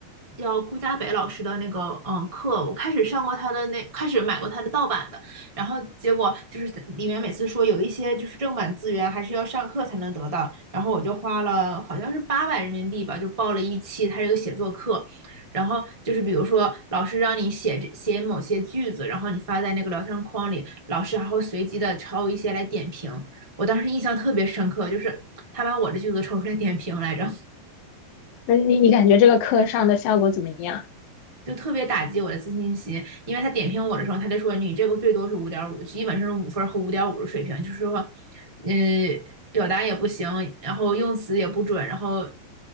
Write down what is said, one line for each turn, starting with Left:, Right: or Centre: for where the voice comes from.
Right: 叫顾家北老师的那个嗯课，我开始上过他的那，开始买过他的盗版的，然后结果就是里面每次说有一些就是正版资源还是要上课才能得到，然后我就花了好像是八百人民币吧，就报了一期他这个写作课。然后就是比如说老师让你写这写某些句子，然后你发在那个聊天框里，老师还会随机的抽一些来点评。我当时印象特别深刻，就是他把我的句子抽出来点评来着。
Left: 那你你感觉这个课上的效果怎么样？
Right: 就特别打击我的自信心，因为他点评我的时候，他就说你这个最多是五点五，基本上是五分和五点五的水平，就是说，嗯，表达也不行，然后用词也不准，然后